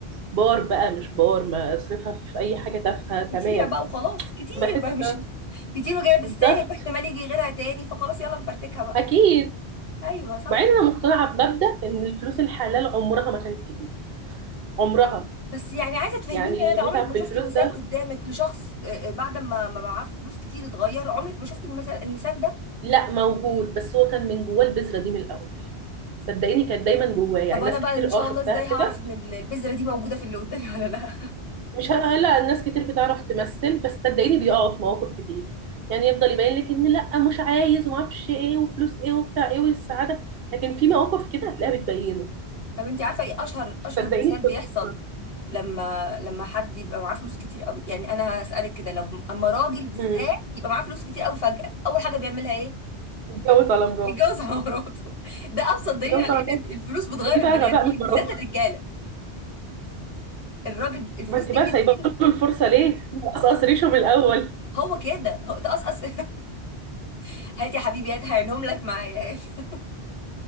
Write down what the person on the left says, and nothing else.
كتيره بقى وخلاص كتير
بقى مش
<laughs> كتير وجايه بالساهل
واحتمال يجي غيرها تاني فخلاص يلا نفرتكها بقى
ايوه صح
بس يعني عايزه تفهميني
يا ندى
عمرك ما
شفتي
مثال
قدامك لشخص آه، آه، بعد ما ما معاه فلوس كتير اتغير عمرك ما شفتي المثال المثال ده
طب وانا
بقى
ان شاء
الله ازاي هعرف
ان ال- البذره دي موجوده في اللي قدامي ولا لا <laughs>
طب انت عارفه ايه اشهر اشهر
مثال
بيحصل لما لما حد يبقى معاه فلوس كتير قوي يعني انا هسالك كده لو اما راجل بالذات
يبقى معاه فلوس كتير قوي فجاه اول حاجه بيعملها ايه
يتجوز على مراته <laughs> ده ابسط دليل
على
ان
الفلوس بتغير
البني
ادمين
بالذات الرجاله الراجل الفلوس
تجري
في ايده
هو كده هو تقصقص <laughs> هات يا حبيبي هات هعينهم لك معايا هات <laughs>